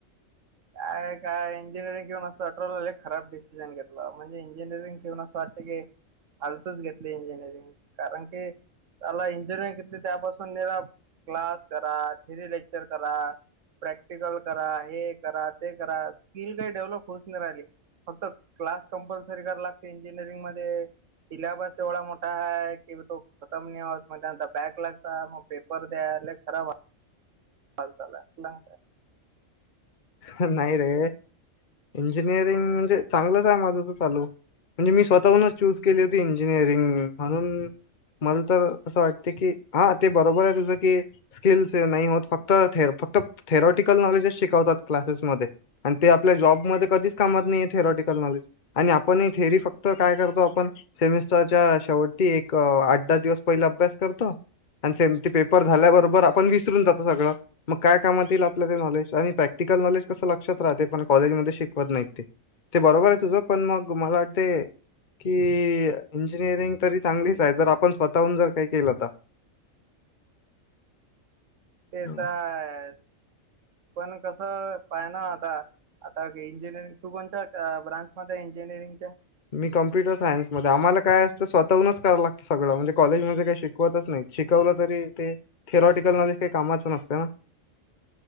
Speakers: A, on the right; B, on the left.
A: काय काय इंजिनिअरिंग घेऊन असं वाटूरायल खराब डिसिजन घेतला म्हणजे इंजिनिअरिंग घेऊन असं वाटत की फालतुच घेतली इंजिनिअरिंग कारण की साला इंजिनिअरिंग घेतली त्यापासून निरा क्लास करा थिरी लेक्चर करा प्रॅक्टिकल करा हे करा ते करा स्किल काय डेव्हलोप होउच नाही राहिली. फक्त क्लास कंपल्सरी करा लागते इंजिनिअरिंग मध्ये. सिलाबस एवढा मोठा आहे की तो खतम नाही होत मग त्यांनंतर बँक लागता पेपर द्या लय खराब चाल चाल ना. <unintelligible>
B: ह नाही रे इंजिनियरिंग म्हणजे चांगलंच आहे माझं तर चालू. म्हणजे मी स्वतःहूनच चूज केली होती इंजिनिअरिंग म्हणून. मला तर असं वाटते की हा ते बरोबर आहे तुझं की स्किल्स से नाही होत फक्त थेरपाटिक फक्त थेरॉटिकल नॉलेजेच शिकवतात क्लासेसमध्ये. आणि ते आपल्या जॉबमध्ये कधीच कामात नाहीये थेरोॉटिकल नॉलेज. आणि आपण थेरी फक्त काय करतो आपण सेमिस्टरच्या शेवटी एक आठ दहा दिवस पहिला अभ्यास करतो. आणि सेमचे पेपर झाल्याबरोबर आपण विसरून जातो सगळं मग काय कामात येईल आपल्या ते नॉलेज आणि प्रॅक- क्टिकल नॉलेज कसं लक्षात राहते पण काँलेज मधे शिकवत नाहीत ते. ते बरोबर आहे तुझं पण मग मला वाटते कि इंजिनिअरिंग तरी चांगलच आहे जर आपण स्वतःहून जर काही केलं तर.
A: ते
B: हं.
A: तरय पण कस पाहि ना आता आता इंजिनिअरिंग तू कोणत्या ब्रांच मध्ये आहे इंजिनिअरिंगच्या?
B: मी कम्प्युटरसायन्समध्ये आम्हाला काय असंत स्वताहुनच करल लागत सगळं म्हणजे कॉलेजमध्ये काय शिक होतच नाही शिकवतच नाही शिकवलं तरी ते थिरॉटिकल नॉलेज काही कामाचं नसते ना.